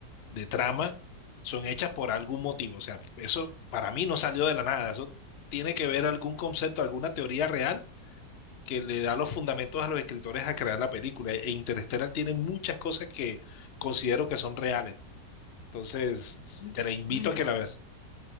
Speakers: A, on the left; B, on the left.
A: de trama son hechas por algún motivo. O sea, eso para mí no salió de la nada. Eso tiene que ver algún concepto, alguna teoría real que le da los fundamentos a los escritores a crear la película. E Interstellar tiene muchas cosas que considero que son reales. Entonces,
B: Un,
A: te la invito
B: un ejemplo,
A: a que la veas.